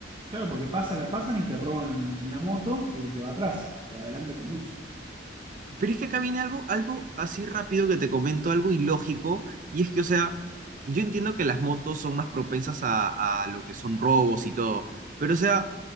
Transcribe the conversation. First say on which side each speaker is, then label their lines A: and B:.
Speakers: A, on the right; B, on the right.
A: Claro, porque pasa, la pasan y te roban en la moto el que va atrás, el que va adelante conduce.
B: Pero es que acá viene algo, algo así rápido que te comento, algo ilógico, y es que, o sea, yo entiendo que las motos son más propensas a, a lo que son robos y todo, pero, o sea,